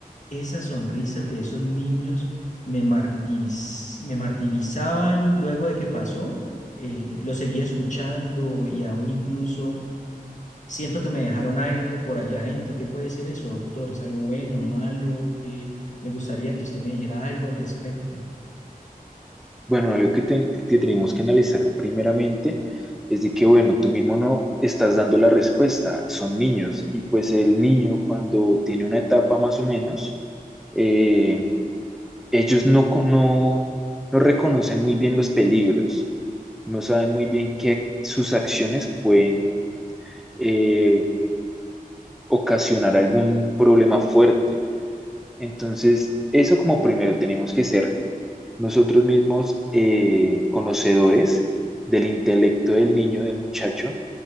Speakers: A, on the left (about 55°); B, in the centre.
A: esas sonrisas de esos niños me, martiriz- me martirizaban luego de que pasó, eh, lo seguía escuchando y aún incluso Siento que me dejaron algo por allá adentro. ¿Qué puede ser eso, doctor? ¿Es algo bueno, malo? Que me gustaría que usted me dijera algo al respecto.
B: Bueno, algo que, te- que tenemos que analizar primeramente es de que, bueno, tú mismo no estás dando la respuesta, son niños, y pues el niño cuando tiene una etapa más o menos, eh, ellos no, co- no, no reconocen muy bien los peligros. no saben muy bien que sus acciones pueden eh, ocasionar algún problema fuerte. Entonces, eso como primero tenemos que ser nosotros mismos eh, conocedores del intelecto del niño, del muchacho,